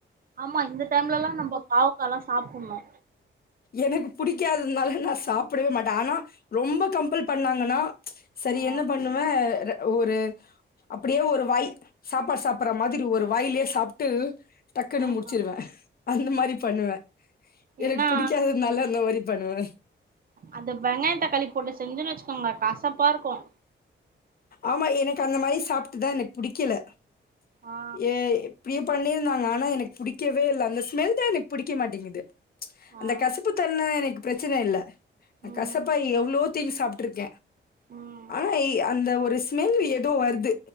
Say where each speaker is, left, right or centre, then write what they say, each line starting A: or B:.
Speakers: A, on the right (about 45°); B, on the left (about 50°).
A: ஆமா இந்த டைம்லலா நம்போ பாவக்காலா சாப்புன்னோ
B: எனக்கு புடிக்காதுனால நா சாப்புடவே மாட்ட ஆனா ரொம்ப கம்ப்பல் பண்ணாங்கனா சரி
A: ஆ
B: என்ன பண்ணுவ ஒரு அப்டியே ஒரு வாய் சாப்பாடு சாப்புர்ற மாதிரி ஒரு வாய்லியே சாப்ட்டு டக்குன்னு
A: ஆஹா
B: முடிச்சுருவ அந்த மாரி பண்ணுவ எனக்கு
A: ஏன்னா
B: புடிக்காதுனால அந்த மாரி பண்வ
A: அத வெங்காயோ தக்காளி போட்டு செஞ்சோன் வச்சுக்கோங்க கசப்பாருக்கும்
B: ஆமா எனக்கு அந்த மாரி சாப்ட்டுதா எனக்கு புடிக்கல
A: ஆ
B: ஏ வீட்லயே பண்ணிருந்தாங்க ஆனா எனக்கு புடிக்கவே இல்ல அந்த ஸ்மெல் தா எனக்கு புடிக்க மாட்டிங்குது அந்த
A: ஆ
B: கசப்பு தன்ம எனக்கு பிரச்சன இல்ல நா
A: ம்
B: கசப்பா எவ்ளோ தீனி சாப்ட்ருக்க
A: ம்
B: அ இய் அ அந்த ஒரு ஸ்மெல் ஏதோ வருது